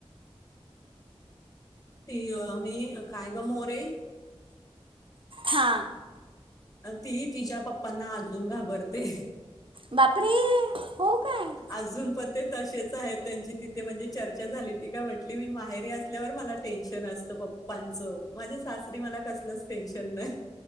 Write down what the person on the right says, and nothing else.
हां
बापरे हो काय.